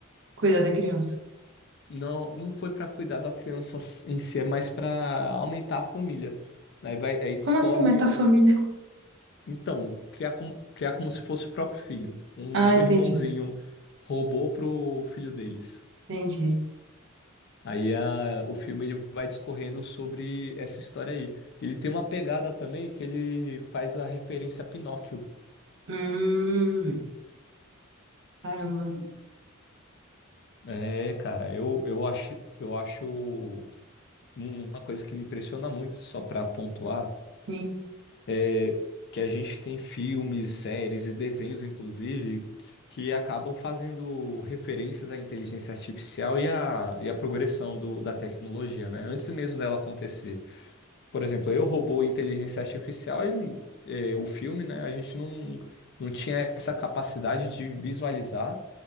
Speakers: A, on the right; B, on the left.
A: Cuidar da criança.
B: não não foi para cuidar da criança s- em si, é mais para aumentar a família. Aí vai aí discorre
A: Como assim aumentar
B: o
A: a família?
B: fi-
A: <laughs>
B: então criar como criar como se fosse o próprio filho, um
A: Ah,
B: um
A: entendi.
B: irmãozinho robô pro filho deles.
A: Entendi.
B: Aí a, o filme ele vai discorrendo sobre essa história aí. Ele tem uma pegada também que ele faz a referência a Pinóquio.
A: Hum, caramba.
B: É, cara, eu, eu acho, eu acho um, uma coisa que me impressiona muito, só para pontuar,
A: Sim.
B: é que a gente tem filmes, séries e desenhos, inclusive, que acabam fazendo referências à inteligência artificial e à, e à progressão do- da tecnologia, né? Antes mesmo dela acontecer. Por exemplo, Eu, Robô e Inteligência Artificial, a gen- é, o filme, né? A gente não, não tinha essa capacidade de visualizar